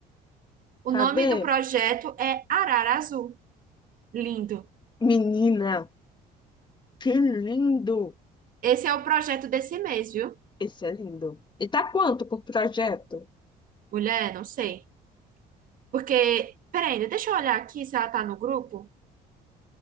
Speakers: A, on the right; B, on the left.
A: O
B: Cadê?
A: nome do projeto é Arara Azul. Lindo.
B: Menina, que lindo!
A: Esse é o projeto desse mês, viu?
B: Esse é lindo. E tá quanto por projeto?
A: Mulher, não sei. Porque, peraí, deixa eu olhar aqui se ela tá no grupo.